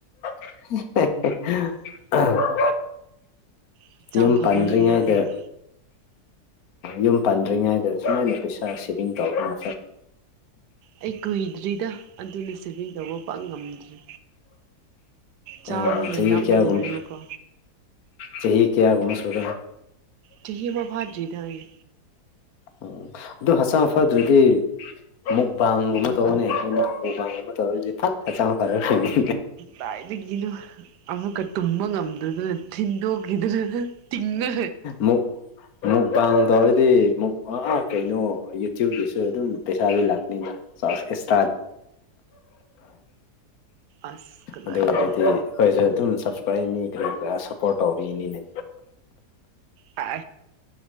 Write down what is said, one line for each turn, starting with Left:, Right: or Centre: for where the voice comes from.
Left: ꯑ
Right: ꯍꯛꯆꯥꯡ
Left: ꯌꯨꯝ
Right: ꯐꯕ
Left: ꯄꯥꯟꯗ꯭ꯔꯤꯉꯩꯗ
Right: ꯃꯤ ꯅꯠꯇꯦꯕ
Left: ꯌꯨꯝ ꯄꯥꯟꯗ꯭ꯔꯤꯉꯩꯗ ꯁꯨꯨꯃꯥꯏꯅ ꯄꯩꯁꯥ ꯁꯦꯚꯤꯡ ꯇꯧꯗꯅ
Right: ꯑꯩ ꯀꯨꯏꯗ꯭ꯔꯤꯗ ꯑꯗꯨꯅ ꯁꯦꯚꯤꯡ ꯇꯧꯕ ꯄꯛ ꯉꯝꯗ꯭ꯔꯤ ꯆꯥꯕꯅ
Left: ꯑ ꯆꯍꯤ
Right: ꯌꯥꯝ
Left: ꯀꯌꯥꯒꯨꯝ
Right: ꯍꯦꯜꯂꯦꯕꯀꯣ
Left: ꯆꯍꯤ ꯀꯌꯥꯒꯨꯝꯕꯁꯨꯔꯦ
Right: ꯆꯍꯤ ꯑꯃ ꯐꯥꯗꯔꯤꯗ ꯑꯩ
Left: ꯎꯝ ꯑꯗꯨ ꯍꯁ ꯐꯗ꯭ꯔꯗꯤ ꯃꯨꯛꯕꯥꯡꯒꯨꯝꯕ ꯇꯧꯑꯣꯅꯦ ꯃꯨꯛꯕꯥꯡꯒꯨꯝꯕ ꯇꯧꯔꯗꯤ ꯐꯠ ꯍꯆꯥꯡ ꯐꯔꯅꯤꯦ
Right: ꯀꯥꯏꯗꯒꯤꯅꯣ ꯑꯃꯨꯛꯀ ꯇꯨꯝꯕ ꯉꯝꯗꯗꯅ ꯊꯤꯟꯗꯣꯛꯈꯤꯗꯅ ꯇꯤꯡꯅ
Left: ꯃꯨꯛ ꯃꯨꯛꯕꯥꯡ ꯇꯧꯔꯗꯤ ꯃꯛ ꯀꯩꯅꯣ ꯌꯨꯇ꯭ꯌꯨꯕꯀꯤꯁꯨ ꯑꯗꯨꯝ ꯄꯩꯁꯥꯗꯤ ꯂꯥꯛꯄꯅꯤꯅ ꯆꯥ ꯑꯦꯁ
Right: ꯑꯁ ꯀꯗꯥꯏꯗꯒꯤꯅꯣ
Left: ꯑꯗꯨ ꯑꯣꯏꯔꯗꯤ ꯑꯩꯈꯣꯏꯁꯨ ꯑꯗꯨꯝ ꯁꯞꯁꯀ꯭ꯔꯥꯏꯕꯅꯤ ꯀꯔꯤ ꯀꯔꯥ ꯁꯞꯄꯣꯔꯠ ꯇꯧꯕꯤꯅꯤꯅꯦ
Right: ꯑ